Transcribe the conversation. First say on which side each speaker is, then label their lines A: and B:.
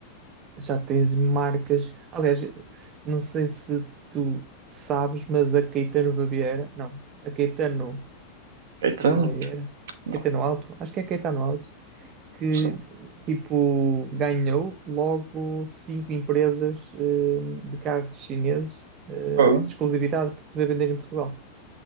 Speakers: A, on the right; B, on the right.
A: Já tens marcas. Aliás, não sei se tu sabes, mas a Caetano Baviera, não, a Caetano,
B: Caetano?
A: Caetano Baviera,
B: Não,
A: Caetano Alto, acho que é Caetano Alto, que
B: não
A: tipo ganhou logo cinco empresas eh, de carros chineses, eh,
B: sei.
A: exclusividade para poder vender em Portugal.